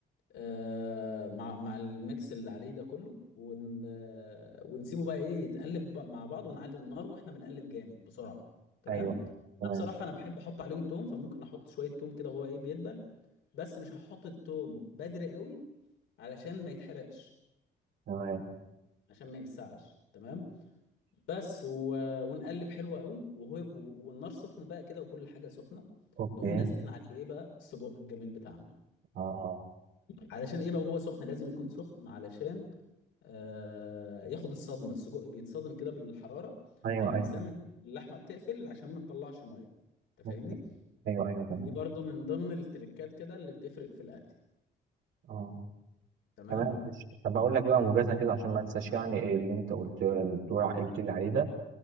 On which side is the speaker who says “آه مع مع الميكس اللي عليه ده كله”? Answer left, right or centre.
Left